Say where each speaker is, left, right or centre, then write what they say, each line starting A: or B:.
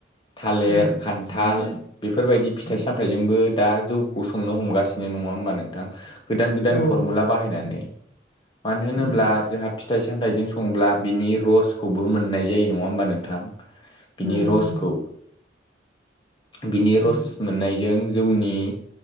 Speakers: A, on the left; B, on the left.
A: थालिर
B: उम
A: खान थाल बेफोरबायदि फिथाइ सामथायाइजोंबो दा जौखौ संनो हमगासिनो नङा होमबा नोंथां? गोदान गोदान
B: औ
A: फरमुला
B: औ
A: बाहायनानै मानो होनोब्ला
B: उम
A: जोंहा फिथाइ सामथायाइजों संब्ला बिनि रसखौबो मोननाय जायो नङा होमबा नोंथां? बिनि
B: उम
A: रसखौ
B: उम
A: बिनि रस
B: उम
A: मोननायजों जौनि